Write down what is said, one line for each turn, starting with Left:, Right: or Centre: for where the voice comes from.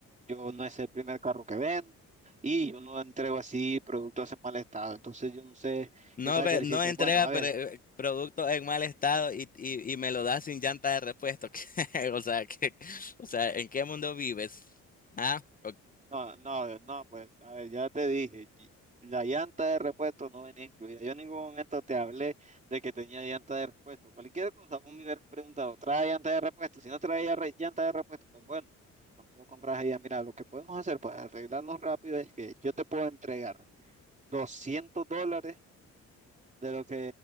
Right: yo no es el primer carro que vendo y yo no entrego así productos en mal estado. Entonces yo no sé,
Left: No,
Right: ya sabes
Left: re-
Right: que le
Left: no
Right: hiciste,
Left: entrega
Right: bueno, a
Left: pre-
Right: ver.
Left: producto en mal estado y, y, y me lo da sin llanta de repuesto. <laughs> que- O sea, que, o sea, ¿en qué mundo vives? ¿Ah? O-
Right: No, no, no, pues, a ver, ya te dije, y- la llanta de repuesto no venía incluida. Yo en ningún momento te hablé de que tenía llanta de repuesto. Cualquier cosa, vos me hubieras preguntado, ¿trae llanta de repuesto? Si no traía re- llanta de repuesto, pues bueno, no me lo compras ahí. Mira, lo que podemos hacer para arreglarnos rápido es que yo te puedo entregar 200 dólares de lo que,